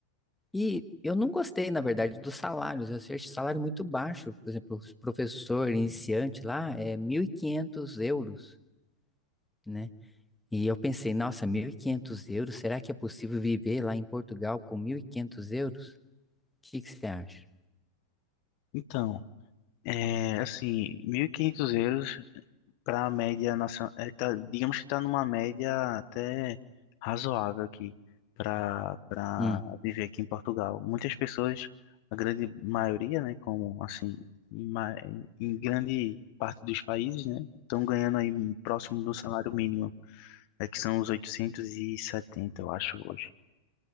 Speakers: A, in the centre; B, on the left.
A: E eu não gostei, na verdade, dos salários. Eu achei salário muito baixo. Por exemplo, os professor iniciante lá é 1.500 euros, né? E eu pensei, nossa, 1.500 euros, será que é possível viver lá em Portugal com 1.500 euros? O que que você acha?
B: Então, é, assim, 1.500 euros para a média nacional, é, tá, digamos que está numa média até razoável aqui para para
A: Hum.
B: viver aqui em Portugal. Muitas pessoas, a grande maioria, né, como assim, em, ma- em grande parte dos países, né, estão ganhando aí próximo do salário mínimo, é que são os 870 eu acho, hoje,